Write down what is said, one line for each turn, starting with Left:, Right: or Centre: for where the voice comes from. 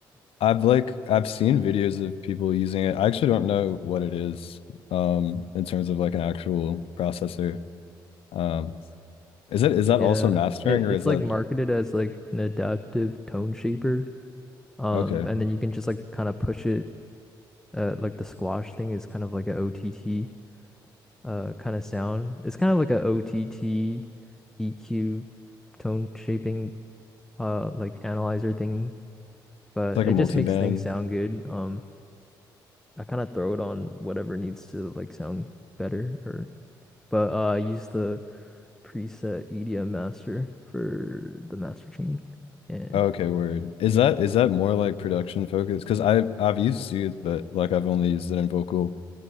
Left: I've like I've seen videos of people using it. I actually don't know what it is, um, in terms of like an actual processor. Um, is it is that
Centre: Yeah,
Left: also mastering
Centre: it,
Left: or
Centre: it's
Left: is that
Centre: like marketed as like an adaptive tone shaper Um,
Left: okay?
Centre: and then you can just like kind of push it. Uh, like the squash thing is kind of like a OTT uh kind of sound. It's kind of like a OTT EQ tone shaping uh like analyzer thingy, but
Left: It's like
Centre: it
Left: a multi-band
Centre: just makes things sound good. Um, I kind of throw it on whatever needs to like sound better or but uh I use the preset EDM master for the master chain and
Left: Okay, word. Is that is that more like production focused? Because I've I've used Soothe, but like I've only used it in vocal